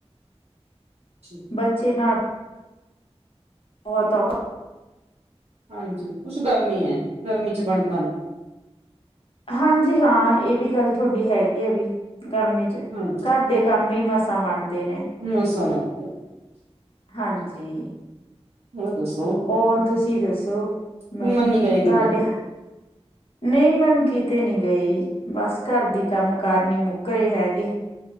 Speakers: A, on the right; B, on the left.
A: ਠੀਕ
B: ਬੱਚੇ ਨਾਲ ਬੋਤ ਔ
A: ਹਾਂਜੀ ਕੁੱਛ ਗਰਮੀ ਏ, ਗਰਮੀ ਚ ਬਣਦਾ ਨੀ।
B: ਹਾਂਜੀ ਹਾਂ ਏ ਵੀ ਗੱਲ ਤੁਹਾਡੀ ਹੈਗੀ ਏ ਵੀ ਗਰਮੀ ਚ
A: ਹਾਂ
B: ਘਰ ਦੇ ਕੰਮ ਹੀ ਮਸਾਂ ਮੰਨਦੇ ਨੇ।
A: ਮ ਸਮਮਤ <unintelligible>
B: ਹਾਂਜੀ।
A: ਹੋਰ ਦੱਸੋ।
B: ਹੋਰ ਤੁਸੀਂ ਦੱਸੋ
A: ਘੁੰਮਣ
B: ਮੈਮ
A: ਨੀ ਗਏ ਕਿਤੇ
B: ਤੁਹਾਡੇ ਨਹੀਂ ਮੈਮ ਕਿਤੇ ਨੀ ਗਈ, ਬਸ ਘਾਰ ਦੀ ਕੰਮ ਕਾਰ ਨੀ ਮੁੱਕ ਰਰੇ ਹੈਗੇ।